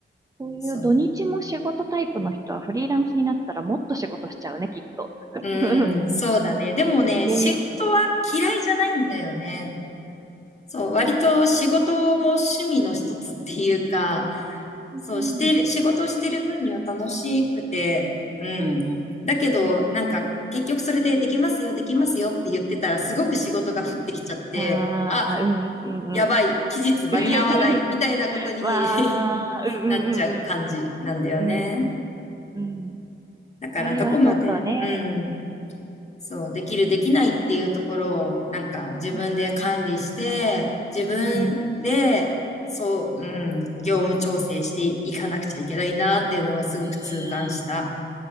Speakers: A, on the right; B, on the left.
A: そういう土日も仕事タイプの人はフリーランスになったらもっと仕事しちゃうね、
B: そう。
A: きっと。<laughs>
B: うん、そうだね。でもね、
A: ね。
B: 仕事は嫌いじゃないんだよね。そう、割と仕事も趣味の一つっていうか、そう、
A: うん。
B: してる、仕事してる分には楽しくて、うん。
A: うんうん
B: だけど、なんか、結局それでできますよ、できますよって言ってたら、すごく仕事が降ってきちゃって、
A: うん。ああ、
B: あ、
A: うんうんうん
B: やばい、期日間に合わない、
A: うん。<laughs>
B: みたいなことに
A: わあ、
B: <laughs>
A: うんうん
B: なっちゃう感じなんだよね。
A: うんうん。うんうんうん。
B: だから、
A: それはちょっとね。
B: どこまで、うん。そう、できる、できないっていうところを、なんか自分で管理して、
A: うんうん
B: 自分で、
A: うん
B: そう、うん、業務調整していかなくちゃいけないなっていうのはすごく痛感した。
A: うん